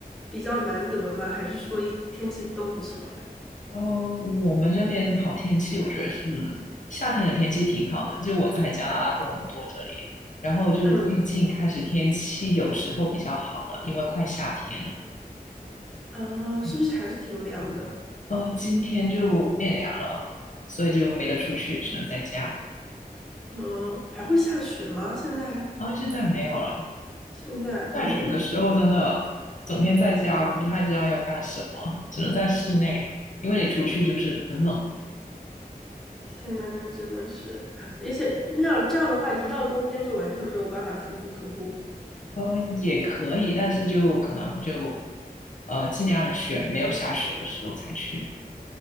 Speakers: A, in the centre; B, on the left (about 55°).
A: 比较难得吗？还是说一天气都不错呀？
B: 哦，我们这边好天气，我觉得是夏天的天气挺好的。就我在加拿大多伦多这里，然后就最近开始天气有时候比较好了，
A: 嗯，
B: 因为快夏天了。
A: 啊，是不是还是挺凉的？
B: 嗯，呃，今天就变凉了，所以就没得出去，只能在家。
A: 嗯，还会下雪吗？现在
B: 啊，现在没有了。
A: 现在，哦，
B: 下雪的时候真的整天在家，不太知道要干什么，只能在室内，因为你出去就是很冷。
A: 天天呐，那真的是，而且那样这样的话，一到冬天就完全没有办法出去徒步。
B: 呃，也可以，但是就可能就呃尽量选没有下雪的时候才去，